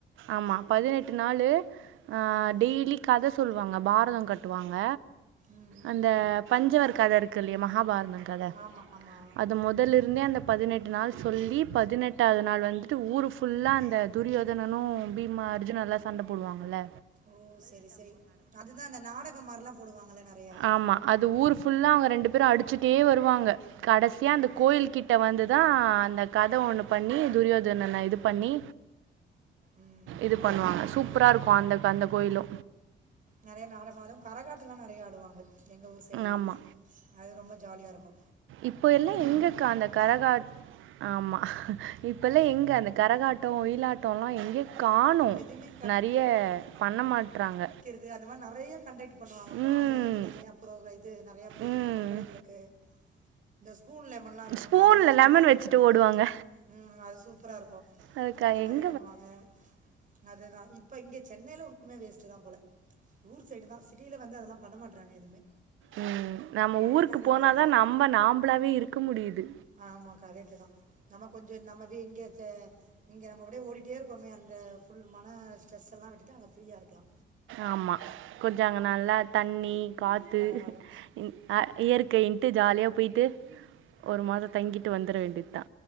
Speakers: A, on the right (about 80°); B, on the right (about 40°).
A: ஆமா பதினெட்டு நாளு அ
B: ம்.
A: டெய்லி கத சொல்லுவாங்க பாரதோ கட்டுவாங்க
B: ம் ம்
A: அந்த பஞ்சவர் கத இருக்குல்லையா மகாபாரதம் கத
B: ஆமா ஆமா
A: அது மொதலருந்தே அந்த பதினெட்டு நாள் சொல்லி பதினெட்டாவது நாள் வந்துட்டு ஊர் ஃபுல்லா அந்த துரியோதனனு பீமா அர்ஜுனல்லா சண்ட போடுவாங்கல்ல
B: ஓ செரி செரி அதுதா அந்த நாடகம் மாரில்லா போடுவாங்கள்ல நறையா
A: ஆமா. அது ஊர் ஃபுல்லா அவுங்க ரெண்டு பேரு அடிச்சுட்டே வருவாங்க கடைசியா
B: ம்
A: அந்த கோயில்கிட்ட வந்துதா அந்த கத ஒண்ணு பண்ணி துரியோதனன்ன இது பண்ணி
B: ம்
A: இது பண்ணுவாங்க சூப்பராருக்கு அந்த அந்த கோயிலு
B: நறைய நாடகாது கரகாட் ட்டுல்லா நறையா ஆடுவாங்க எங்க ஊர் சைடுலா
A: ஆமா.
B: அது ரொம்ப ஜாலியாருக்கு
A: இப்பயெல்லா எங்கக்கா அந்த கரகா ஆமா இப்பல்லா எங்க அந்த கரகாட்டோ ஒயிலாட் டோல்லா எங்கியோ காணு
B: எதுவுமே
A: நறைய பண்ண மாட்றாங்க
B: து அந்த மாரி நறைய கண்டெக்ட் பண்ணுவாங்க இப்ப
A: ம்.
B: ஆம்பளைங்களுக்கு தனியா ப்ரோக் இது நறையா போட்டிங்க
A: ம்.
B: பொம்பளைங்களுக்கு இந்த ஸ்பூன் லேமன்லா இருக்கால்ல
A: ஸ்பூன்ல
B: அதெல்லவு
A: லெமன்
B: பண்றாங்க
A: வச்சுட்டு
B: இப்போல்லா
A: ஓடுவாங்க.
B: ம் அது சூப்பராருக்கு
A: அதுக்காயிங்
B: பண்ணுவாங்க அதுதா இப்ப இங்க சென்னையில மே வேஸ்ட்டு தா போல ஊர் சைடு தா சிட்டியில வந்து அதெல்லா பண்ண மாட்றாங்க எதுவுமே
A: ம் நம்ம
B: அங்கே
A: ஊருக்கு
B: தான் இந்த
A: போனாதா
B: மாதிரி இதெல்லாம்
A: நம்ப நம்பளாவே இருக்க முடியுது
B: ஆமா கரெக்ட்டு தா நம்ம கொஞ்சோ நம்ம இங்க இங்க நம்ம அப்டியே ஓடி ட்டே இருக்கோமே அந்த ஃபுல் மன ஸ்ட்ரெஸல்லா விட்டுட்டு அங்க ஃப்ரீயாருக்கலா
A: ஆமா கொஞ்சோ அங்க நல்லா தண்ணி காற்று
B: பரவாயில்ல
A: இ ஆ இயற்கையின்ட்டு ஜாலிய போயி்ட்டு ஒரு மாதோ தங்கிட்டு வந்துட வேண்டியத் தா